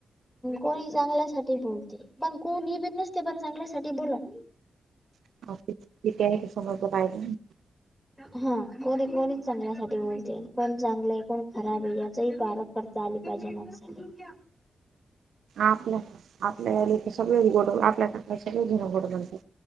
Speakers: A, in the centre; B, on the right.
A: कोनी चांगल्या साटी बोलतेय, पण कोनी बी नसते बरं चांगल्यासाटी बोलत.
B: <inaudible>
A: हा, कोणी -कोणी चांगल्यासाटी बोलतेय, कोण चांगलय कोण खराब है याचं ही पारक. करता आली पायजे माणसा ला.
B: आपल्या.. आपल्याले गल्लीतले सगळेच गोड, आपल्या सगळे जन गोड बोलतात.